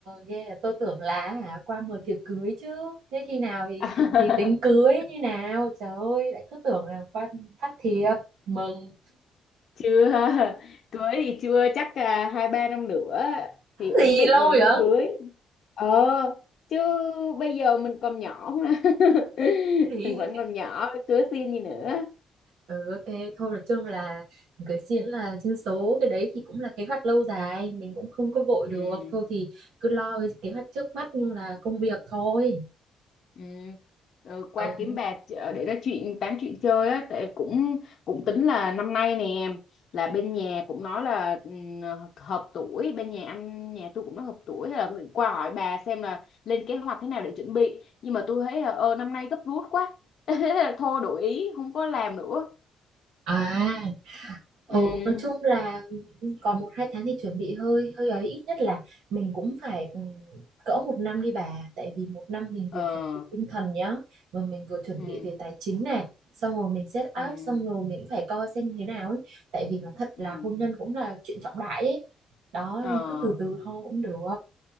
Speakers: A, on the right; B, on the left.
A: ghê à. Tôi tưởng là hả qua 10 thiệp cưới chứ. Thế khi nào thì
B: <laughs>
A: thì tính cưới như nào? Trời ơi, lại cứ tưởng là qua phát thiệp mừng.
B: chưa <laughs> cưới thì chưa chắc là hai ba năm nữa thì ổn
A: gì
B: định
A: lâu
B: rồi mới
A: vậy
B: cưới ờ chứ bây giờ mình còn nhỏ mà <laughs>
A: gì
B: mình vẫn còn nhỏ cưới xin gì nữa
A: Ừ, ok, thôi nói chung là cưới xin là dân số cái đấy thì cũng là kế hoạch lâu dài, mình cũng không có vội
B: ừ
A: được. Thôi thì cứ lo cái kế hoạch trước mắt nhưng là công việc thôi.
B: Ừ. Rồi qua
A: Ừ.
B: kiếm bạc ờ, để nói chuyện tám chuyện chơi á tại cũng cũng tính là năm nay nè là bên nhà cũng nói là ừm, hợp tuổi bên nhà anh nhà tôi cũng nói hợp tuổi hay là tôi định qua hỏi bà xem là lên kế hoạch thế nào để chuẩn bị nhưng mà tôi thấy là ờ năm nay gấp rút quá <laughs> thế là thôi đổi ý không có làm nữa
A: À, ừ,
B: ừ
A: nói chung là còn một hai tháng thì chuẩn bị hơi hơi ấy ít nhất là mình cũng phải ừ, cỡ một năm đi bà tại vì một năm mình
B: ờ
A: vừa chuẩn bị tinh thần nhá và mình vừa chuẩn
B: ừ
A: bị về tài chính này xong rồi mình set
B: ừ
A: up xong rồi mình cũng phải coi xem thế nào ấy tại vì nó thật là
B: ừ
A: hôn nhân cũng là chuyện trọng đại ấy đó
B: ờ
A: nên cứ từ từ thôi cũng được